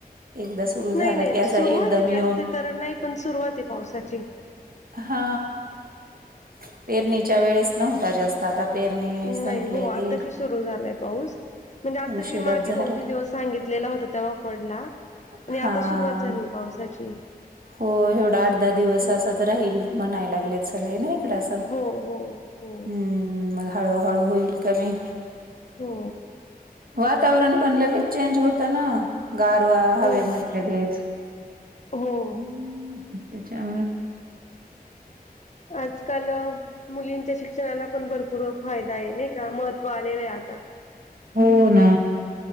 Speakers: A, on the right; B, on the left.
A: एकदा सुरू झाला
B: नाही नाही
A: की असा
B: सुरुवात
A: एकदम
B: आहे
A: येऊन
B: जास्त तर नाही पण सुरुवात आहे पावसाची.
A: हा अ पेरणीच्या वेळेस नव्हता जास्त आता पेर''--'' नी
B: नाही
A: संपले
B: हो आताशी
A: ते.
B: सुरू झालाय पाऊस. म्हणजे आत्ता
A: उशिराच
B: जी मागे
A: झालं.
B: दोन तीन दिवस सांगितलेला होता तेव्हा पडला.
A: हां.
B: नय आता सुरुवात झाली पावसाची.
A: हो एवढा आठ दहा दिवस
B: हम्म.
A: असाच राहील म्हणाय लागलेत सगळे नाही. थोडसा
B: हो हो हो.
A: हम्म मग हळूहळू होईल कमी.
B: हो,
A: वातावरण पण लगेच चेंज होतं ना गारवा हवे
B: हो
A: मध्ये लगेच.
B: हो
A: हम्म च्या
B: आजकाल मुलींच्या शिक्षणाला पण भरपूर फायदा आहे नाही का महत्त्व आलेलं आहे आता
A: हो ना